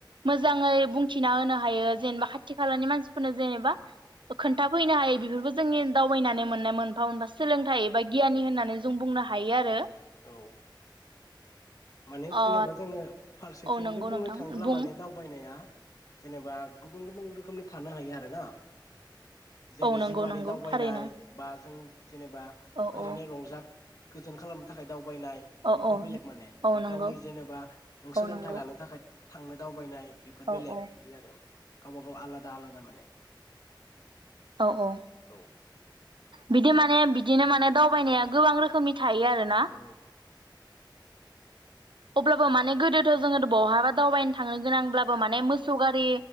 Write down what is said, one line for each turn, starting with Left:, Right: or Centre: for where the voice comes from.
Right: मोजाङै बुंथिना होनो हायो जेनेबा खाथि खालानि मानसिफोरनो जेनेबा खोन्थाफैनो हायो बेफोरखौ जोंनि दावबायनानै मोननाय मोनफा मोनबा सोलोंथाइ एबा गियानि होननानै जों बुंनो हायो आरो
Left: औ माने
Right: अ
Left: जेनेबा जोङो फारसेथिंनिफ्राय
Right: औ नंगौ
Left: बुंनो
Right: नोंथां
Left: थाङोब्ला
Right: बुं
Left: माने दावबायनाया जेनेबा गुबुन गुबुन रोखोमनि थानो हायो आरोना जेरै
Right: औ नंगौ
Left: जिउयारि
Right: नंगौ
Left: दावबायनाय
Right: थारैनो
Left: बा जों जेनेबा
Right: औ
Left: ओरैनो
Right: औ
Left: रंजा गोजोन खालामनो थाखाय दाव बायनाय
Right: औ
Left: बेफोर
Right: औ
Left: बेलेग माने ओमफाय
Right: औ नंगौ
Left: गावनि जेनेबा नों सोलोंथाइ
Right: औ नंगौ
Left: लानो थाखाय थांनो दावबायनाय बेफोर
Right: औ
Left: बेलेग
Right: औ
Left: बिदि आरो गावबा-गाव आलादा आलादा माने
Right: औ औ
Left: औ
Right: बिदि माने बिदिनो माने दावबायनाया गोबां रोखोमनि थायो आरोना
Left: औ
Right: अब्लाबो माने गोदोथ' जोङो बहाबा दावबायनो थांनो गोनांब्लाबो माने मोसौ गारि